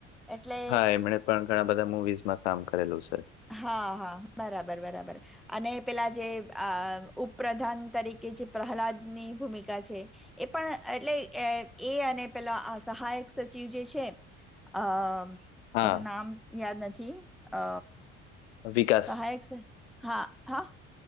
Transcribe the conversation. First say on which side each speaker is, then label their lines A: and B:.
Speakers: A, in the centre; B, on the left.
A: એટલે
B: હા, એમણે પણ ઘણા બધા મુવીઝમાં કામ કરેલું છે.
A: હા.. હા, બરાબર-બરાબર અને પેલા જે આ ઉપપ્રધાન તરીકે જે પ્રહલાદની ભૂમિકા છે. એ પણ એટલે અ.. એ અને પેલા અ સહાયક સચિવ જે છે, આ
B: હા,
A: એનું નામ યાદ નથી, અ..
B: વિકાસ
A: સહાયક સ, હા.. હા